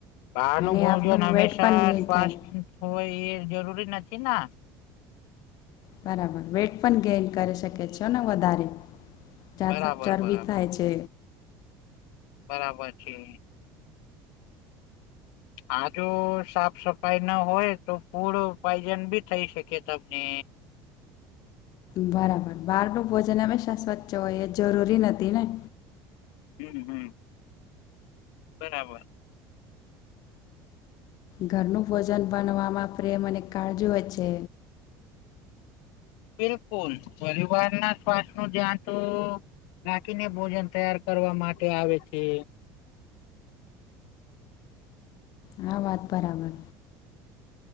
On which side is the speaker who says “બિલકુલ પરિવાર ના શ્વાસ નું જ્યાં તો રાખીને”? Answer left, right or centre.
Left